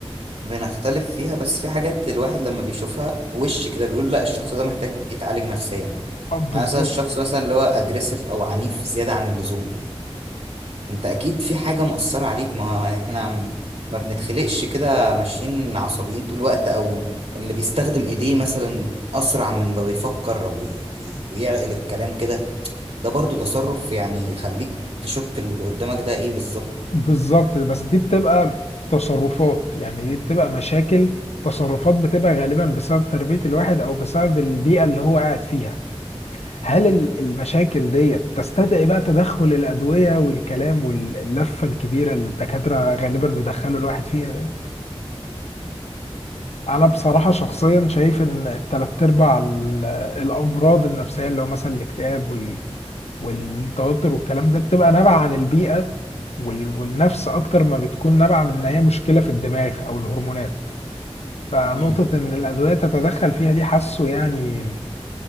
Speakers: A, on the right (about 75°); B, on the left (about 90°).
A: بنختلف فيها بس في حاجات الواحد لما بيشوفها وش كده بيقول لا الشخص ده محتاج يتعالج نفسيا يعني
B: بالظبط
A: مثلا الشخص مثلا اللي هو اجريسيف او عنيف زيادة عن اللزوم انت اكيد في حاجة مؤثرة عليك ما هو احنا م- ما بنتخلقش كده ماشيين عصبيين طول الوقت او اللي بيستخدم ايديه مثلا اسرع من ما بيفكر وي- وي- ويعقل الكلام كده ده برضو تصرف يعني يخليك تشك اللي قدامك ده ايه بالظبط
B: بالظبط بس دي بتبقى تصرفات يعني دي بتبقى مشاكل تصرفات بتبقى غالبا بسبب تربية الواحد أو بسبب البيئة اللي هو قاعد فيها هل ال- المشاكل ديت تستدعي بقى تدخل الأدوية والكلام واللفة الكبيرة اللي الدكاترة غالبا بيدخلوا الواحد فيها انا بصراحه شخصيا شايف ان تلات ارباع ال- الامراض النفسيه اللي هو مثلا الاكتئاب وال... والتوتر والكلام ده بتبقى نابعه عن البيئه وال... والنفس اكتر ما بتكون نابعه من ان هي مشكله في الدماغ او الهرمونات فنقطه
A: مم.
B: ان الادويه تتدخل فيها دي حاسه يعني